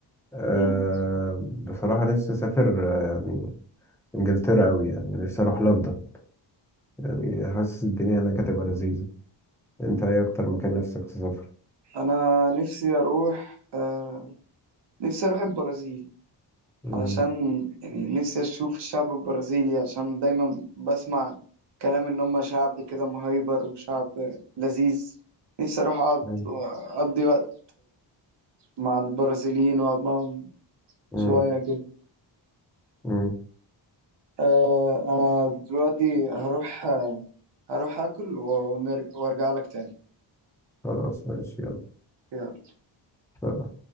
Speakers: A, in the centre; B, on the right.
A: أه
B: مم.
A: بصراحة نفسي اسافر آه، يعني انجلترا قوي يعني نفسي اروح لندن يعني حاسس الدنيا هناك هتبقى لذيذة انت ايه اكتر مكان نفسك تسافر
B: انا نفسي اروح آه، نفسي اروح البرازيل
A: مم.
B: علشان يعني نفسي أشوف الشعب البرازيلي عشان دايما بسمع كلام إن هم شعب كده مهيبر وشعب لذيذ نفسي أروح أقعد
A: مم.
B: أقضي وقت مع البرازيليين وأقعد معاهم
A: مم.
B: شوية كده
A: مم.
B: أه أنا دلوقتي هروح آه، هروح آكل و- ونرجع وأرجع لك تاني
A: خلاص ماشي يلا
B: يلا
A: سلام.